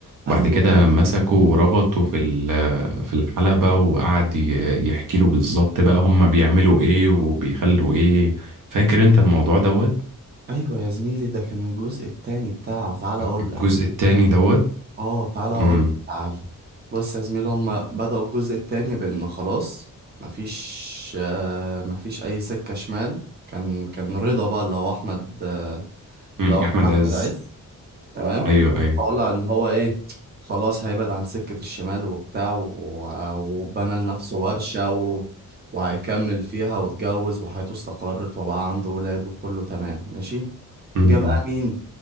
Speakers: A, on the right; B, on the right.
A: وبعد
B: ايوه
A: كده
B: ايوه
A: مسكه وربطه في ال- في الحلبة وقعد ي- يحكي له بالظبط بقى هم بيعملوا ايه وبيخلوا ايه فاكر انت الموضوع دوت
B: ايوه يا زميلي ده كان الجزء التاني بتاعه تعالى اقول
A: الجزء
B: لك
A: التاني دوت
B: اه تعالى اقول
A: امم
B: تعالى بص يا زميلي هما بدأوا الجزء التاني بان خلاص مفيش آه مفيش اي سكة شمال كان كان رضا بقى اللي هو احمد آه
A: أمم،
B: اللي هو
A: احمد
B: كان احمد
A: عز
B: عز تمام
A: ايوه ايوه
B: طالع ان هو ايه خلاص هيبعد عن سكة الشمال وبتاع و- وبنى لنفسه ورشة و... وهيكمل فيها واتجوز وحياته استقرت وبقى عنده ولاد وكله تمام ماشي
A: أمم.
B: جه بقى مين